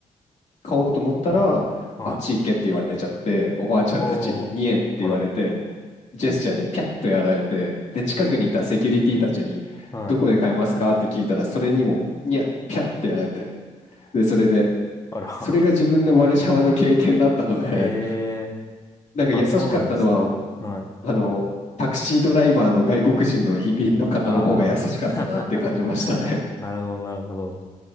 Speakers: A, on the left (about 55°); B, on the left (about 25°).
A: 買おうと思ったら、
B: い、
A: あっち行けって言われちゃって、
B: はい。
A: おばあちゃんたちに2円って言われて、
B: おー。あら。
A: ジェスチャーでピャッとやられて、で、近くにいたセキュリティたちに、
B: はい。
A: どこで買えますかって聞いたら、それにも、にゃ、ピャッてやられて、で、それで、
B: あら。
A: それが自分のワルシャワの経験だったので、
B: <laughs> ええ。
A: なんか優しかったのは、
B: あ、そうなんですね。はい。
A: あの、タクシードライバーの外国人の移民の方の方が優しかったなって感じましたね。
B: ああ、<laughs> なるほど、なるほど。